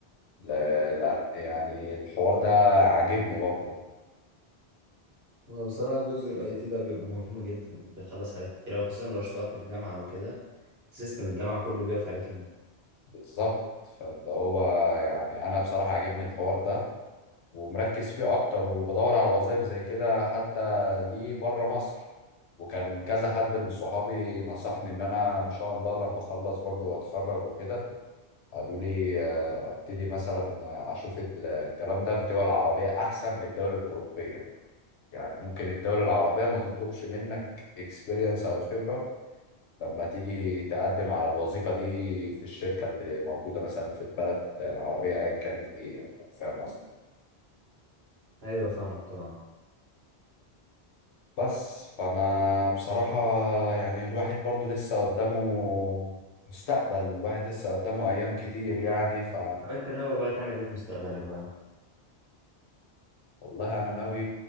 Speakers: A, on the left; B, on the right.
A: ل- لان يعني الحوار ده عاجبني برضو
B: هو بصراحة جزء الاي تي ده بيبقى مهم جدا بيخلص حاجات كتير أوي، خصوصا لو اشتغلت في جامعة او كده سيستم الجامعة كله بيقف عليك انت
A: بالظبط فاللي هو يعني انا بصراحة عاجبني الحوار ده ومركز فيه اكتر وبدور على وظائف زي كده حتى ليه بره مصر وكان كذا حد من صحابي نصحني ان انا ان شاء الله لما اخلص برضو واتخرج وكده قالوا لي آه، ابتدي مثلا آه، اشوف ال- الكلام ده في الدول العربية احسن من الدول الاوروبية يعني ممكن الدول العربية ما تطلبش منك اكسبيرينس او خبرة لما تيجي تقدم على الوظيفة دي في الشركة اللي موجودة مثلا في البلد العربية ايا كانت ايه يعني فاهم قصدي
B: ايوه فاهمك طبعا
A: بس فانا بصراحة يعني الواحد برضو لسه قدامه مستقبل الواحد لسه قدامه ايام كتير يعني ف
B: طب انت ناوي بقى تعمل ايه في مستقبلك بقى
A: والله انا ناوي